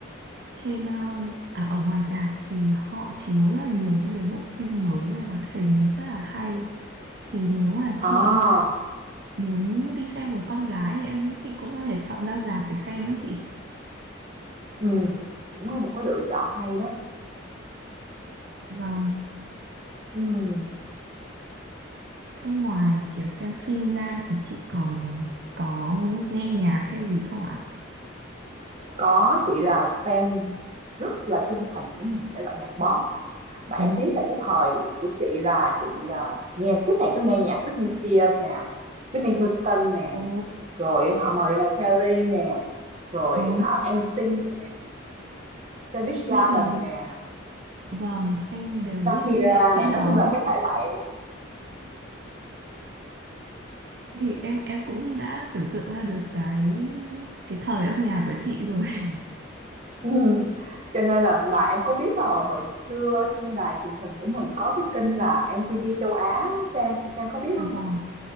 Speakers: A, on the right (about 55°); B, on the right (about 35°).
A: trên ờ, à, ở ngoài rạp thì họ chiếu rất là nhiều những cái bộ phim mới về hoạt hình rất là hay. Thì nếu mà
B: À,
A: chị muốn đi xem cùng con gái thì em nghĩ chị cũng có thể chọn ra rạp để xem ấy chị.
B: ừ, cũng là một cái lựa chọn hay đó.
A: Vâng.
B: ừ
A: Thế ngoài kiểu xem phim ra thì chị còn có nghe nhạc hay gì không ạ?
B: Có chị là fan rất là trung thành của nhà thể loại nhạc pop. Mà
A: Ồ,
B: em biết là cái thời của chị là chị là nghe suốt ngày cứ nghe nhạc Britney Spears nè, Whitney Houston nè,
A: ồ.
B: rồi họ Mariah Carey nè, rồi
A: Ồ,
B: họ NSYNC nè, Savage Garden
A: thế thì
B: nè,
A: vâng, em đều
B: Shakira
A: biết những nghệ sĩ
B: nè, nói
A: đó.
B: chung là cái thể loại
A: Thì em em cũng đã tưởng tượng ra được cái cái thời âm nhạc của chị rồi. <laughs>
B: ừ. Cho nên là mà em có biết là hồi xưa ở trên đài truyền hình của mình có cái kênh là MTV châu Á đó Trang, Trang có biết
A: Vâng,
B: không?